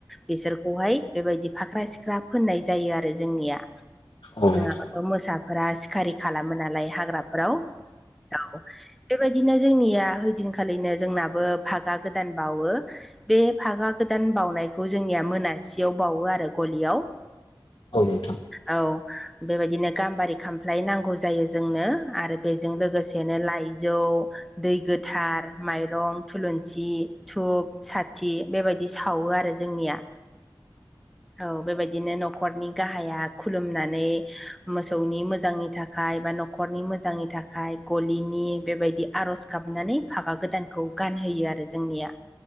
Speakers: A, in the centre; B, on the left.
A: बिसोरखौहाय बेबायदि फाख्रा सिख्रा फोननाय जायो आरो जोंनिया
B: नोंथां
A: जोंाबाथ' मोसाफोरा सिखारि खालामो नालाय हाग्राफोराव औ बेबायदिनो जोंनिया ओइदिनखालिनो जोंनाबो फागा गोदान बावो बे फागा गोदान बावनायखौ जोंनिया मोनासियाव बावो आरो गलियाव
B: औ नोंथां
A: औ बेबायदिनो गाम्बारि खामफ्लाय नांगौ जायो जोंनो आरो बेजों लोगोसेनो लाइजौ दै गोथार माइरं थुलुंसि धुप साथि बेबायदि सावो आरो जोंनिया औ बेबायदिनो न'खरनि गाहाया खुलुमनानै मोसौनि मोजांनि थाखाय बा न'खरनि मोजांनि थाखाय गलिनि बेबायदि आर'ज गाबनानै फागा गोदानखौ गानहोयो आरो जोंनिया